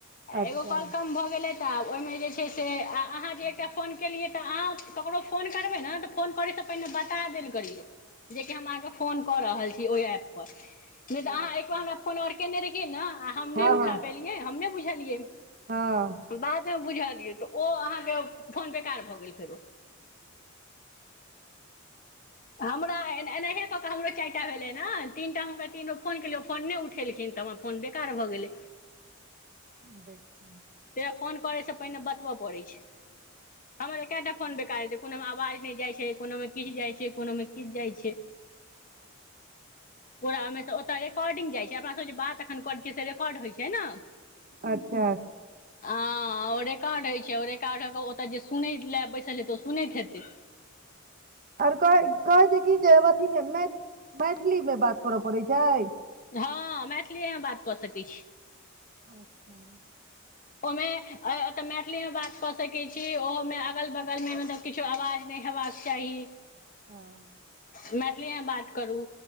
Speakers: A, on the left; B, on the right.
A: आ
B: अच्छा
A: एगो कॉल कम भऽ गेलै तऽ आब ओहिमे जे छै से आ आहाँ जे एकटा फोन केलियै तऽ अहाँ ककरो फोन करबै ने तऽ फोन करै स पीले बता देल करियौ देखि हम आहा के काल करै तौ ओइ ऐप पर नै तऽ अहाँ
B: अच्छा
A: एकबार हम अपन आओर केयने रहियै ने आ हम
B: हँ
A: नहि उठा
B: हँ
A: पेलियै हम नहि बुझलियै
B: हँ
A: बात में बुझलियै तऽ ओ अहाँके फोन बेकार भऽ गेल फेरो हमरा ए एनाहिए कऽ क हमर चा हइले न तीनटा हुनक तीनो फोन केलिय फोन नहि उठेलखिन तऽ हमरा फोन बेकार भऽ गेलै
B: <inaudible>
A: तेय फोन करयसँ पहिने बतबय पड़ैत छै हमर एके टा फोन बेकार हेतै कोनो मे आवाज नै जाय छै कोनो मे किछ जाइ छै कोनो मे किछ जाइ छै पूरा कॉर्डिंग जाइ छै अपना सब जे बात एखन करै छियै से रिकॉर्ड होइ छै ने
B: अच्छा
A: आ रेकॉर्ड होइत छै ओ रिकार्ड होके ओतय जे सुनैत लेलए बैसल हेतय ओ सुनैत हेतै
B: आर कह कहै छै की जे मैथि मैथिली में बात करऽ पड़ैत छै
A: हँ मैथिलीएमे बात कऽ सकैत छी
B: <inaudible>
A: ओहिमे तऽ मैथिलीमे बात कऽ सकैत छी ओहोमे अगल बगलमे मतलब किछो अवाज नहि हेबाक चाही
B: हँ
A: मैथिली में बात करू